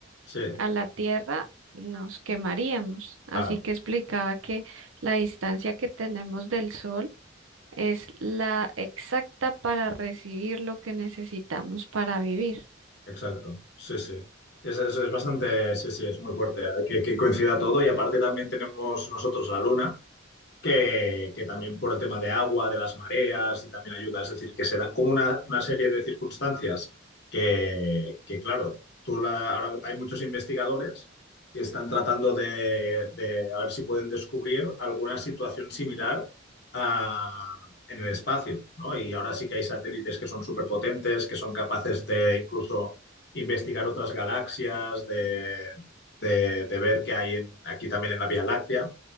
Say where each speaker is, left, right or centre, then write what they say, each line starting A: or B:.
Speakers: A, on the left; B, on the right.
A: Sí,
B: a la Tierra, nos quemaríamos. Así
A: claro.
B: que explicaba que la distancia que tenemos del sol es la exacta para recibir lo que necesitamos para vivir.
A: Exacto, sí, sí. Es, es, es bastante, sí, sí, es muy fuerte, ¿eh? que, que coincida todo y aparte también tenemos nosotros la luna, que, que también por el tema de agua, de las mareas y también ayuda, es decir, que se dan como una, una serie de circunstancias que, que, claro, tú la- ahora hay muchos investigadores que están tratando de, de a ver si pueden descubrir alguna situación similar a- en el espacio, ¿no? Y ahora sí que hay satélites que son superpotentes, que son capaces de incluso investigar otras galaxias, de, de- de ver qué hay en- aquí también en la Vía Láctea,